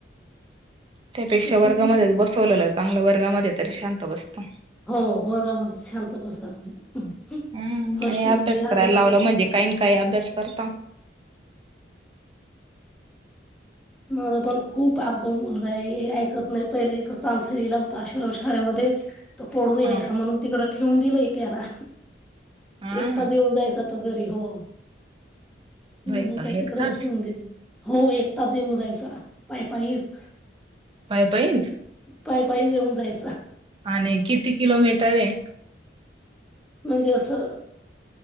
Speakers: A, on the right (about 30°); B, in the centre.
A: त्यापेक्षा
B: तसच
A: वर्गामध्ये
B: ना
A: बसवलेलं चांगलं वर्गामध्ये तरी शांत बसतं.
B: हो. वर्गामध्ये शांत बसतात. आपु
A: हम्म
B: होशोल
A: आणि अभ्यास
B: या
A: करायला लावला म्हणजे काही काही अभ्यास करता.
B: माझ पण खूप आगगा मुलगा आहे. ऐकत नाही पहिलं इथं सांसरीला होता. आश्रम शाळेमध्ये. तर पडून यायच
A: हा
B: म्हणून तिकड ठेवून दिलंय त्याला
A: हा
B: एक तच येऊन जायच. त घरी हो म्हणून
A: बाई का
B: काही
A: एकटाच
B: तिकडच ठेवून देईल. हो एक तच येऊन जायचं पाय पायीस.
A: पाय पायीच
B: पाय पाय येऊन जायच.
A: आणि किती किलोमीटर आहे.
B: म्हणजे. असं